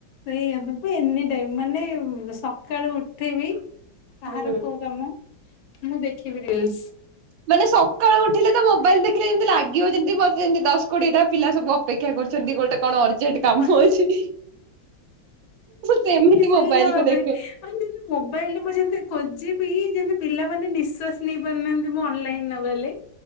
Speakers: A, on the left (about 80°); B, on the right (about 80°).
A: ସେଇଆ ମୁଁ ତ ଏନି ଟାଇମ ମାନେ ସକାଳୁ ଉଠିବି କାହାର
B: ହୁଁ।
A: କୋଉ କାମ ମୁଁ ଦେଖିବି ରିଲସ୍।
B: ମାନେ ସକାଳୁ ଉଠିଲେ ତ ମୋବାଇଲ ଦେଖିଲେ ଯେମିତି ଲାଗିବ ଯେମିତି ମତେ ଯେମିତି ଦଶ କୋଡି ଟା ପିଲା ସବୁ ଅପେକ୍ଷା କରୁଛନ୍ତି ଗୋଟେ କଣ ଅର୍ଜେଣ୍ଟ କାମ
A: ବସ୍
B: ଅଛି। ସେମିତି
A: ମୁଁ ବି ସେଇଆ
B: ମୋବାଇଲ
A: ଭାବେ
B: କୁ ଦେଖେ।
A: ମାନେ ମୋବାଇଲ ମୁଁ ଯେମିତି ଖୋଜିବି ଯେମିତି ପିଲାମାନେ ନିଶ୍ଵାସ ନେଇ ପାରୁନାହାନ୍ତି ମୁଁ ଅନଲାଇନ ନଗଲେ।